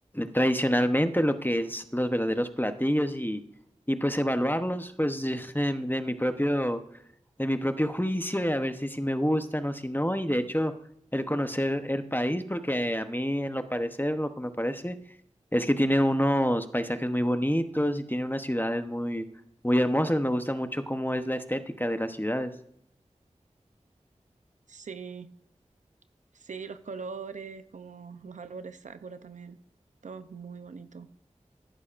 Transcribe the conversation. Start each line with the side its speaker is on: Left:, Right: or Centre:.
Left: tradicionalmente lo que es los verdaderos platillos y, y pues evaluarlos pues <laughs> de, de mi propio de mi propio juicio y a ver si sí me gustan o si no y de hecho el conocer el país porque a mí en lo parecer lo que me parece es que tiene unos paisajes muy bonitos y tiene unas ciudades muy muy hermosas me gusta mucho cómo es la estética de las ciudades
Right: Sí, sí, los colores, como los árboles Sakura también. Todo es muy bonito.